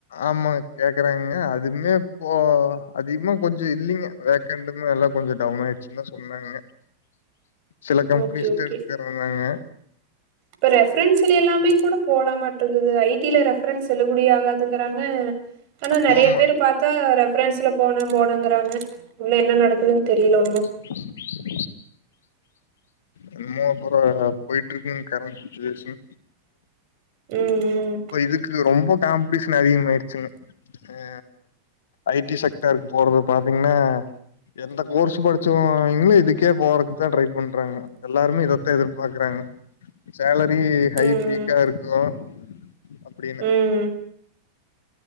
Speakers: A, on the left; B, on the right.
A: ஆமா கேக்குறாங்கங்க அதுமே இப்போ அதிகமா கொஞ்சம் இல்லைங்க வேக்கண்ட எல்லாம் கொஞ்சம் டவுன் ஆயிடுச்சு தான் சொன்னாங்க சில கம்பெனிஸ்தா
B: ஒகே ஒகே
A: எடுத்துக்கறேன்னாங்க
B: இப்ப ரெபரன்ஸ்ல எல்லாமே கூட போலாம்மாட் இருக்குது ஐ டி ல ரெஃபரன்ஸ் செல்லுபடி ஆகாதுங்கறாங்க ஆனா நிறைய
A: ஆமாமா
B: பேர் பாத்தா ரெஃபரன்ஸ்ல போனோன் போனோங்குறாங்க உள்ள என்ன நடக்குதுன்னு தெரியல ஒன்னும்
A: <inaudible> இன்னுமா போற போயிட்டு இருக்குங்க கரண்டு சிச்சுவேஷன்
B: ம் ம்
A: இப்ப இதுக்கு ரொம்ப காம்படிஷன் அதிகமாயிடுச்சுங்க அ ஐ டி செக்டாருக்கு போறது பாத்தீங்கன்னா எந்த கோர்ஸ் படிச்சவங்களோ இதுக்கே போறதுக்குதான் ட்ரை பண்றாங்க எல்லாருமே இதத்தான் எதிர்பாக்குறாங்க சேலரி ஹை
B: ம் ம்
A: பீக்கா இருக்கும் அப்படின்னு
B: ம் ம்